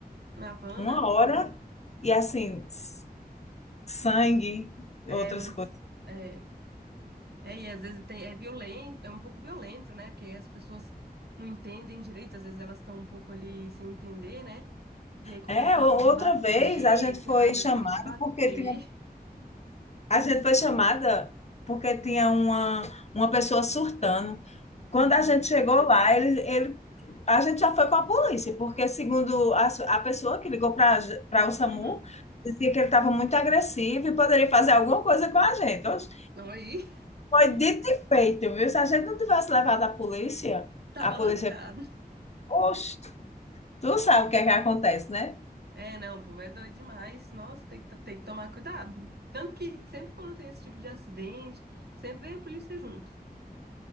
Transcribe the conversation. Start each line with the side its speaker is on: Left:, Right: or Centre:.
Right: Na van,
Left: Uma
Right: né?
Left: hora e assim, s- sangue,
Right: É
Left: outras
Right: muito.
Left: coisas.
Right: É, é, e às vezes tem, é violento, é um pouco violento, né? Porque as pessoas não entendem direito, às vezes elas estão um pouco ali sem entender, né? E aí começa
Left: É, o-
Right: a se debater,
Left: outra vez a gente
Right: sei
Left: foi
Right: lá, às
Left: chamada
Right: vezes quer te bater.
Left: porque tinha, a gente foi chamada porque tinha uma, uma pessoa surtando. Quando
Right: Uhum,
Left: a gente chegou lá, ele, ele, a gente já foi com a polícia, porque segundo a, s- a pessoa que ligou para para o SAMU,
Right: uhum.
Left: dizia que ele estava muito agressivo e poderia fazer alguma coisa com a gente. Oxe,
Right: Aí,
Left: Foi dito e feito, viu? Se a gente não tivesse levado a polícia,
Right: <laughs> tava
Left: a polícia,
Right: lascado.
Left: oxe, Tu sabe o que é que acontece, né?
Right: É, não, o povo é doido demais. Nossa, tem que, to- tem que tomar cuidado. Tanto que sempre quando tem esse tipo de acidente, sempre vem a polícia junto.